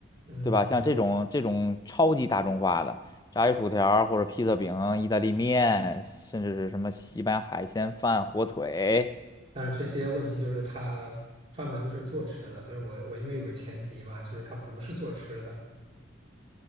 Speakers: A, on the right; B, on the left.
A: 嗯，
B: 对吧？像这种这种超级大众化的炸鱼薯条儿或者披萨饼、意大利面，甚至是什么西班牙海鲜饭、火腿。
A: 但是这些问题就是它专门都是做吃的，就是我我因为有个前提嘛，就是它不是做吃的，